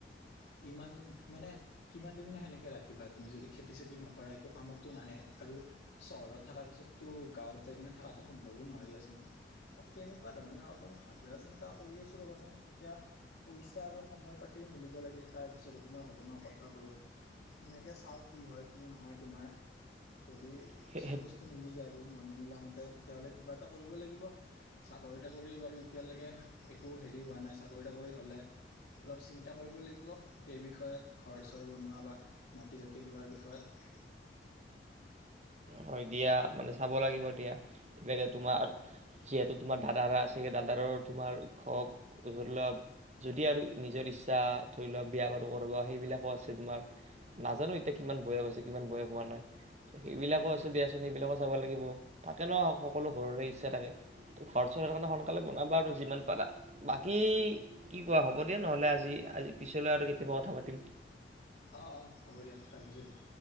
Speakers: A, on the left (about 80°); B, on the right (about 40°).
A: কিমান মানে কিমান দিন সেনেকে ৰাখিবা তুমি যদি খেতি চেতি নকৰা একো কামতো নাহে আৰু চহৰত থকাৰ পিছততো গাঁৱত যাই কিনে থকাটোো সম্ভৱো নহয় দিয়াচোন ত সেনেকুৱা ধৰণে অলপমান ভাবা চিন্তা কৰি আছো ৰ'বাচোন এতিয়া পইচা আৰু সময় পাতিও মিলিব লাগিল তাৰ পিছতে তোমাৰ সৱনৰৰ কথাবোৰ সেনেকৈ চাওঁ কি হয় কি নহয় তোমাৰ যদি
B: সেই
A: চব বস্তু মিলি যায় আৰু মনে মিলা মতে তেতিয়াাহ'লে কিবা এটা কৰিব লাগিব চাকৰি তাকৰি বাৰু এতিয়ালৈকে একো হেৰি হোৱা নাই চাকৰি তাকৰি হলে অলপ চিন্তা কৰিব লাগিব সেই বিষয়ত ঘৰচৰ বনোৱা বা মাটি চতি লোৱাৰ বিষয়ত
B: হয় দিয়া মানে চাব লাগিব দিয়াাকে তোমাৰ যিহেতু তোমাৰ দাদাৰ আছেেই দাদাৰ তোমাৰ হক ধৰি লওোৱা যদি আৰু নিজৰ ইচ্ছা ধৰি লোৱাক বিয়া বাৰু কৰিব সেইবিলাকো আছে তোমাৰ নাজানো এতিয়া কিমান বয়স হৈছে কিমান বয়স হোৱা নাই সেইবিলাক আছে দিয়াচোন সেইবিলাকো চাব লাগিব থাকে ন সকলো ঘৰৰে ইচ্ছা থাকে ত ঘৰ চ কাৰণে সোনকালে বনাবা আৰু যিমান পাৰা বাকী কি কোৱা হ'ব দিয় নহলে আজি আজি পিছলৈ আৰু কেতিয়াবা থাৱতি
A: অঁ অঁ হ'ব দিয়া ৰাখিছোঁ দিয়া